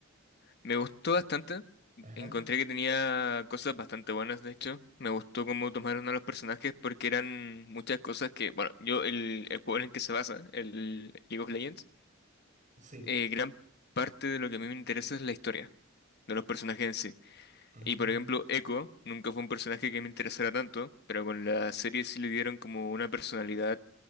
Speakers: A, on the left (about 55°); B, on the right (about 40°).
A: Me gustó bastante.
B: Ajá.
A: Encontré que tenía cosas bastante buenas, de hecho. Me gustó cómo tomaron a los personajes porque eran muchas cosas que, bueno, yo, el, el juego en el que se basa, el League of Legends,
B: Sí.
A: eh, gran parte de lo que a mí me interesa es la historia de los personajes en sí.
B: Mm,
A: Y por ejemplo, Echo nunca fue un personaje que me interesara tanto, pero con la serie sí le dieron como una personalidad